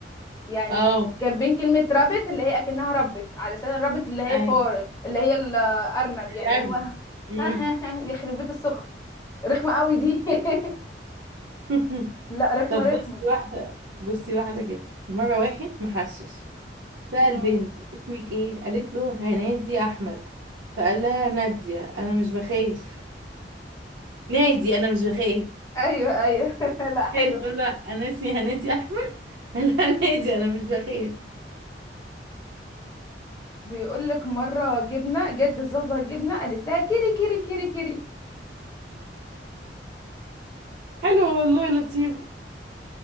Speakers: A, on the left; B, on the right.
A: يعني
B: اه
A: كان بين كلمة ربت اللي هي أكنها ربت علشان الربت اللي هي
B: ايوه
A: فار اللي هي الأرنب يعني
B: تعبني
A: اللي هو
B: مم.
A: <laughs> يخرب بيت السخف رخمة قوي دي <laughs>
B: <laughs>
A: لا رخمة
B: طب بصي
A: رخمة
B: واحدة بصي واحدة كده مرة واحد محشش سأل
A: مم.
B: بنت اسمك ايه؟ قالت له هنادي أحمد فقال لها نادية أنا مش بخاف نادي أنا مش بخاف
A: ايوه ايوه <laughs>
B: <laughs>
A: لا حلو
B: تقول له أنا اسمي هنادي أحمد قال لها نادي أنا مش بخاف
A: بيقول لك مرة جبنة جد زازا جبنة قالت لها كيري كيري كيري كيري
B: حلو والله لطيف